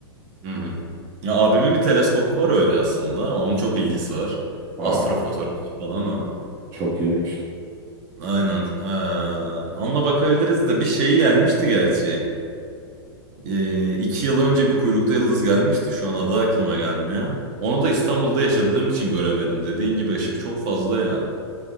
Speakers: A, on the right; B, on the right.
A: Hı hı. Ya abimin bir teleskopu var öyle aslında. Onun çok ilgisi var.
B: Aa,
A: Astrofotoğrafçı falan o.
B: çok iyiymiş.
A: Aynen. Ee, onunla bakabiliriz de bir şey gelmişti gerçi. Ee, iki yıl önce bir kuyruklu yıldız gelmişti. Şu an adı aklıma gelmiyor. Onu da İstanbul'da yaşadığım için göremedim. Dediğin gibi ışık çok fazla ya.